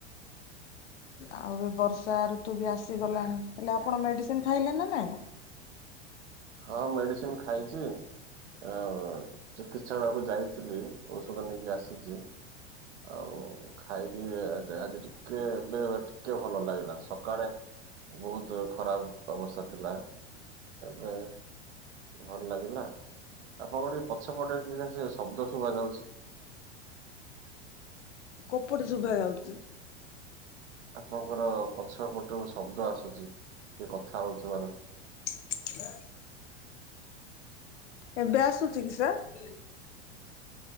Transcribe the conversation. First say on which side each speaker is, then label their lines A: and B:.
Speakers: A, on the left; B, on the right.
A: ଆଉ ଏ ବର୍ଷା ଋତୁ ବି ଆସିଗଲାଣି ହେଲେ ଆପଣ ମେଡିସିନ ଖାଇଲେଣି ନା ନାଇଁ।
B: ହଁ ମେଡିସିନ ଖାଇଛି ଆଉ ଚିକିତ୍ସାଳୟକୁ ଯାଇଥିଲି। ଔଷଧ ନେଇକି ଆସିଛି। ଆଉ ଖାଇକି ଆଜ -ଆଜି ଟିକେ ଏବେ ଏ -ଟିକେ ଭଲ ଲାଗିଲା ସ ସକାଳେ ବହୁତ ଖରାପ ଅବସ୍ଥା ଥିଲା ଏବେ। ଟିକେ ଭଲ ଲାଗିଲା ଆପଣଙ୍କ ଟିକେ ପଛ ପଟେ ଟିକେ ସେ ଶବ୍ଦ ଶୁଭ ଯାଉଛି।
A: କୌପଟେ ଶୁଭା ଯାଉଛି।
B: ଆପଣଙ୍କ ର ପଛ ପଟୁ ଶବ୍ଦ ଆସୁଛି କିଏ କଥା ହଉଥିବାର।
A: <unintelligible> ଏବେ ଆସୁଛି କି ସାର୍।